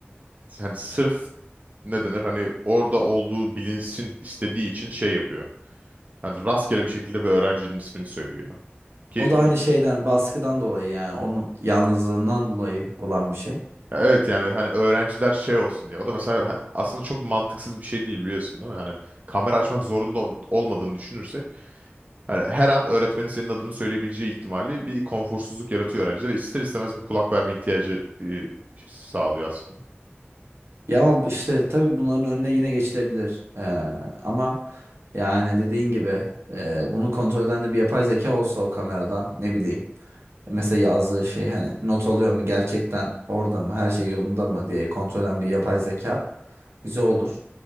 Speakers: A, on the right (about 35°); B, on the right (about 85°).
A: hani sırf ne denir hani orada olduğu bilinsin istediği için şey yapıyor. Yani rastgele bir şekilde bir öğrencinin ismini söylüyor. Ki
B: O da hani
A: y-
B: şeyden baskıdan dolayı yani onun yalnızlığından dolayı olan bir şey.
A: evet yani hani öğrenciler şey olsun diye. O da mesela ha- aslında çok mantıksız bir şey değil biliyorsun değil mi? Yani kamera açmak zorunda ol- olmadığını düşünürsek hani her an öğretmenin senin adını söyleyebileceği ihtimali bir konforsuzluk yaratıyor öğrencide ve ister istemez bir kulak verme ihtiyacı e, sağlıyor aslında.
B: Ya ama işte tabii bunların önüne yine geçilebilir. Ee, ama yani dediğin gibi e, bunu kontrol eden de bir yapay zeka olsa o kameradan ne bileyim. Mesela yazdığı şey hani not alıyor mu gerçekten orada mı her şey yolunda mı diye kontrol eden bir yapay zeka güzel olur.